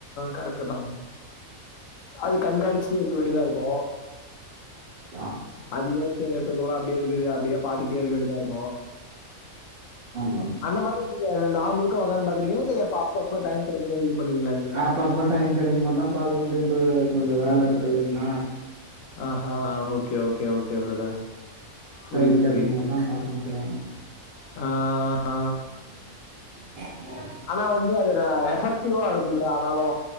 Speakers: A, on the left; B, on the right.
A: கரெக்ட தா அது கண்காணிச்சிட்டே இருக்க வேண்டியதா இருக்கூ
B: ஆ
A: அது ஏத்த எரக்கத்தோட அப்டியே இருக்குது அப்டியே பாத்துக்கிட்டே இருக்க வேண்டியதா இருக்கூ
B: ஆமாங்க
A: அந்த மாரி நீங்க நாள் முழுக்க ஒக்கந்து பாத்துட்ரிக்கிங்களா இல்ல எப்ப அப்பப்ப டைம் கெடைக்கும் போது இது பண்ணுவிங்ளா நீங்க
B: அப்பப்ப டைம் கெடைக்குபோத்தா தா பாக்க முடியு ப்ரோ கொஞ்ச வேல இருக்கு இல்லைங்ளா
A: ஆஹா okay okay okay brother புரியுது,
B: time கெடைக்கும்
A: புரியுது.
B: போதா பாக்க முடியு
A: ஆ
B: <unintelligible>
A: ஆனா வந்து அது எஃபெக்டிவா இருக்கும்ல ஆனாலு